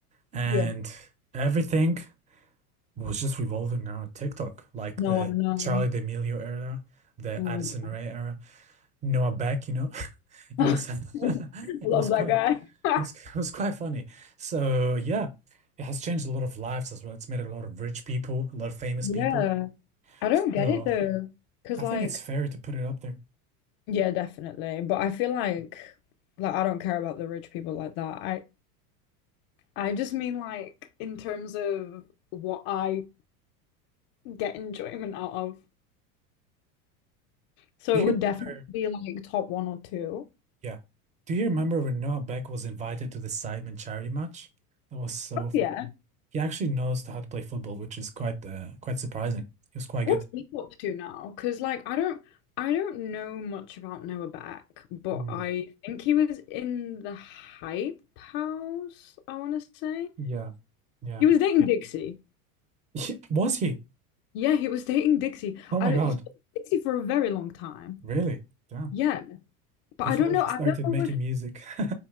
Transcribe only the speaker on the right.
and
everything was just revolving around TikTok, like
the
Charli D'Amelio era, the
Addison Rae era. Noah Beck, you know, <laughs>
it
was <laughs> it
was
quite
it
was it was quite funny. So yeah, it has changed a lot of lives as well. It's made a lot of rich people, a lot of famous
people.
So
I
think it's fair to put it up there.
Do
you
remember?
Yeah. Do you remember when Noah Beck was invited to the Sidemen charity match? That was so
fun.
He actually knows how to play football, which is quite uh, quite surprising. He was quite
good.
Mm,
yeah. Yeah.
<laughs> Was he?
Oh
my
God.
Really? Damn.
Before
she
started
making
music. <laughs>